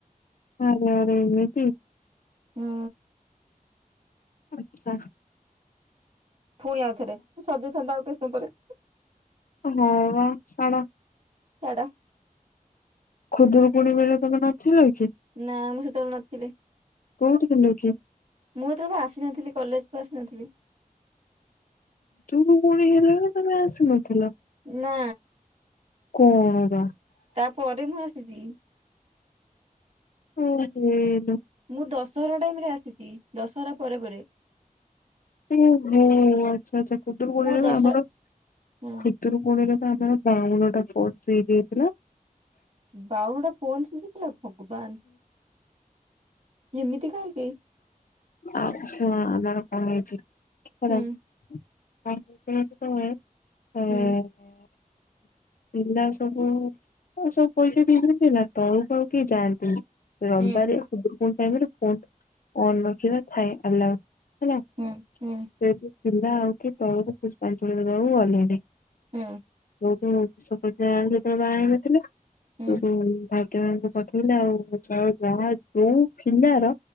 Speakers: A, on the left; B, on the right.
A: ଆରେ ଆରେ ଏମିତି।
B: ହଁ।
A: ଆଚ୍ଛା।
B: ପୁଣି ଆଉଥରେ ସରିଯାଇଥାନ୍ତା ଆଉ କିଛି ସମୟ ପରେ
A: ହଁ ବା ଛାଡ଼
B: ଛାଡ।
A: ଖୁଦୁରୁକୁୁଣି ବେଳେ ତମେ ନଥିଲ କି?
B: ନା ମୁଁ ସେତେବେଳେ ନଥିଲି
A: କୋଉଠି ଥିଲ କି?
B: ମୁଁ ହେତେବେଳେ ବା ଆସିନଥିଲି। କଲେଜକୁ ଆସିନଥିଲି।
A: ଖୁଦୁରୁକୁଣି ହେଲାଣି ତମେ ଆସିନଥିଲ?
B: ନା
A: କଣ ବା
B: ତାପରେ ମୁଁ ଆସିଛି।
A: ଓ ହେଇଲୋ।
B: ମୁଁ ଦଶହରା ଟାଇମରେ ଆସିଛି ଦଶହରା ପରେ ପରେ
A: ଓହୋ ଆଚ୍ଛା ଆଚ୍ଛା ଖୁଦୁରୁକୁଣି
B: ମୋ ଦଶ
A: ଆମର
B: ହୁଁ
A: ଖୁଦୁରୁକୁଣିରେ ଆମର ବାଉନ ଟା ଫ ଫ୍ରି ଦେଇଥିଲା।
B: ବାଉନା ଟା ପୋନ ଶିଜ ହେଇଥିଲା ଭଗବାନ ଏମିତି କାହିଁ
A: ଆଛୁ ଆମର କଣ ହେଇଛି କର
B: ହୁଁ
A: ପାଞ୍ଚ ବର୍ଷ ତଳେ ଆ
B: ହୁଁ
A: ପିଲା ସବୁ ଆ ସବୁ ପଇସା ପି ଦିଅନ୍ତି ନା ତଳୁକୁ ଆଉ କେହି ଯାଆନ୍ତିନି। ରବିବାରିଆ
B: ହୁଁ
A: ଖୁଦୁରୁକୁଣି ଟାଇମ୍ ରେ ଫୋନ ଅନ ରଖିବା ଥାଏ ଆଲାଉ। ହେଲା ସେ
B: ହୁଁ ହୁଁ
A: ପିଲା ଆଉ କିଏ ତଳକୁ ପୁଷ୍ପାଞ୍ଜଳି ଦେବାକୁ ଗଲେନି।
B: ହୁଁ।
A: ହୁଁ ବିଶ୍ୱକନ୍ୟା ଯେତେବେଳେ ବାହା ହେଇନଥିଲେ
B: ହୁଁ
A: ସବୁ ଭାଗ୍ୟବାନଙ୍କ ପିଲା ଯାହା ଯୋଉ ଖିଲାର